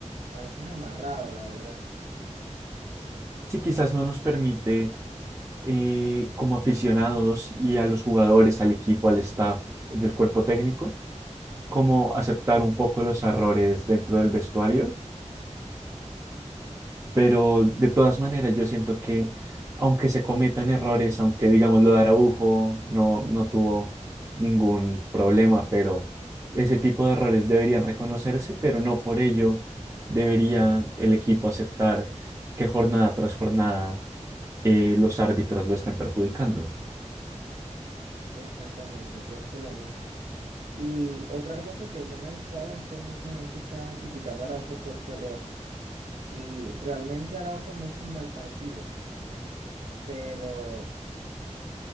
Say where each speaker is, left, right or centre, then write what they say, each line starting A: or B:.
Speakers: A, on the right; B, on the right.
A: a veces amarrado, la verdad.
B: quizás no nos permite eh, como aficionados y a los jugadores, al equipo, al staff del cuerpo técnico, como aceptar un poco los errores dentro del vestuario Pero de todas maneras, yo siento que aunque se cometan errores, aunque digamos lo de Araujo no, no tuvo ningún problema, pero ese tipo de errores deberían reconocerse, pero no por ello debería el equipo aceptar que jornada tras jornada eh, los árbitros lo estén perjudicando.
A: Exactamente, pienso lo mismo. Y otra cosa que no me gustaba es que mucha gente está criticando a Araujo por su error. Y realmente Araujo no hizo un mal partido, pero